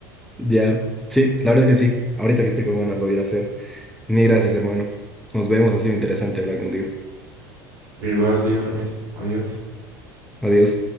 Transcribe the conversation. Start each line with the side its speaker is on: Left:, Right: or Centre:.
Centre: Ya, sí, la verdad es que sí. Ahorita que estoy con ganas lo voy a ir a hacer. Ni gracias, hermano. Nos vemos. Ha sido interesante hablar contigo.
Right: Igual digo lo mismo. Adiós.
Centre: Adiós.